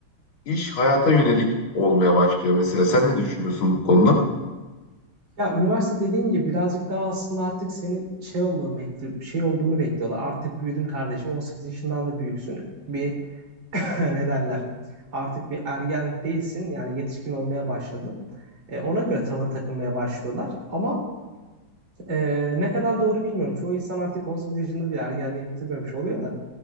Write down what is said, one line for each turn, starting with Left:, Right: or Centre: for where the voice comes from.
Left: iş hayata yönelik olmaya başlıyor mesela. Sen ne düşünüyorsun bu konuda?
Right: Ya üniversite dediğin gibi birazcık daha aslında artık senin şey olmalı bekliyor, şey olduğunu bekliyorlar. Artık büyüdün kardeşim, 18 yaşından da büyüksün. Bir <laughs> ne derler? Artık bir ergen değilsin. Yani yetişkin olmaya başladın. E, ona göre tavır takınmaya başlıyorlar. Ama e, ne kadar doğru bilmiyorum. Çoğu insan artık 18 yaşında bir ergenliği bitirmemiş oluyor da.